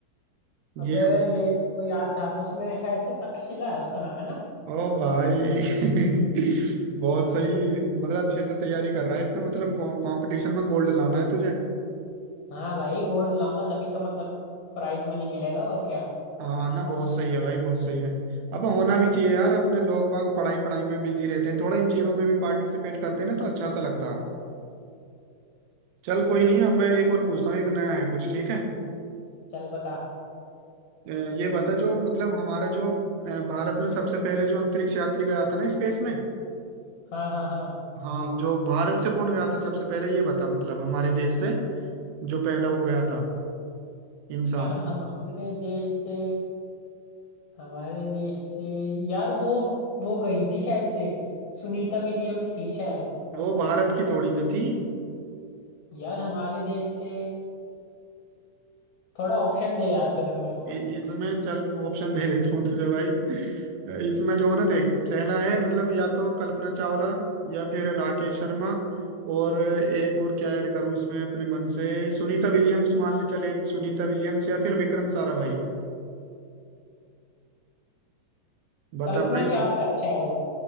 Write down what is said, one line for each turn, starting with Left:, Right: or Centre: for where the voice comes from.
Left: अबे
Right: ये
Left: ये को याद था उसमें शायद से तक्षशिला है उसका नाम है ना
Right: ओ भाई <laughs> बहुत सही मतलब अच्छे से तैयारी कर रहा है इसका मतलब कंपटीशन में गोल्ड लाना है तुझे
Left: हाँ भाई गोल्ड लाऊंगा तभी तो मतलब प्राइज मनी मिलेगा और क्या
Right: हाँ ना बहुत सही है भाई बहुत सही है अब होना भी चाहिए यार अपने लोग बाग पढ़ाई पढ़ाई में बिजी रहते हैं थोड़ा इन चीजों में भी पार्टिसिपेट करते हैं ना तो अच्छा सा लगता है चल कोई नहीं अब मैं एक और पूछता हूँ एक नया है कुछ ठीक है
Left: चल बता
Right: अ, ये बता जो मतलब हमारा जो अ, भारत में सबसे पहले जो अंतरिक्ष यात्री गया था ना स्पेस में
Left: हाँ हाँ हाँ
Right: हाँ जो भारत से कौन गया था सबसे पहले ये बता मतलब हमारे देश से जो पहला वो गया था इंसान
Left: यार हमारे देश से हमारे देश से यार वो वो गई थी शायद से सुनीता विलियम्स थी शायद
Right: वो भारत की थोड़ी ना थी
Left: यार हमारे देश से थोड़ा ऑप्शन दे यार फिर अब मेरे को
Right: इ- इसमें चल ऑप्शन दे देता हूँ तुझे भाई <laughs> इसमें जो है ना देख पहला है मतलब या तो कल्पना चावला या फिर राकेश शर्मा और एक और क्या ऐड करूं इसमें अपने मन से सुनीता विलियम्स मान ले चल एक सुनीता विलियम्स या फिर विक्रम साराभाई बता
Left: कल्पना
Right: भाई
Left: चावला है शायद